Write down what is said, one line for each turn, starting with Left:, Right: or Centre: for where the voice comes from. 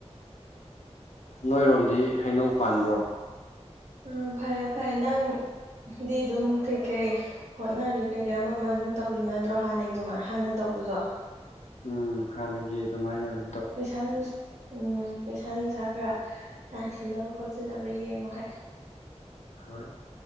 Left: ꯅꯣꯏꯔꯣꯝꯗꯤ ꯍꯩꯅꯧ ꯄꯥꯟꯕ꯭ꯔꯣ
Right: ꯑꯝ ꯐꯔꯦ ꯐꯔꯦ ꯅꯪꯗꯤ ꯑꯗꯨꯝ ꯀꯩꯀꯩ ꯍꯣꯠꯅꯔꯒ ꯀꯩ ꯑꯃ ꯑꯃ ꯑꯗꯨꯝ ꯇꯧꯔꯤꯕ ꯅꯠꯇ꯭ꯔꯣ ꯍꯥꯟꯅꯒꯤ ꯑꯗꯨꯃꯥꯏ ꯍꯥꯟꯅ ꯇꯧꯕꯁꯨꯣ
Left: ꯎꯝ ꯍꯥꯟꯅꯒꯤ ꯑꯗꯨꯃꯥꯏꯅ ꯑꯗꯨ
Right: ꯄꯩꯁꯥ ꯅꯨꯪꯁ ꯎꯝ ꯄꯩꯁꯥ ꯅꯨꯡꯁꯥ ꯈꯔ ꯇꯥꯟꯁꯤꯟꯅꯕ ꯈꯣꯠꯆꯟꯅꯕ ꯌꯦꯡꯉꯣ ꯍꯥꯏ
Left: ꯍꯣꯏ